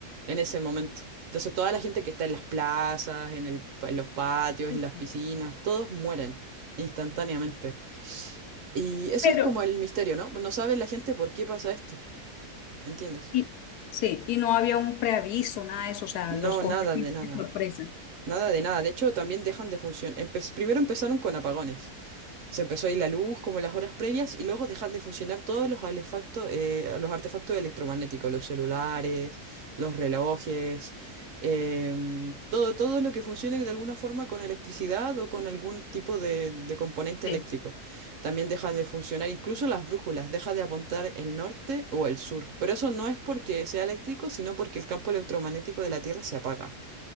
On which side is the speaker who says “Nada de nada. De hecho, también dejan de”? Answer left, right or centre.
Right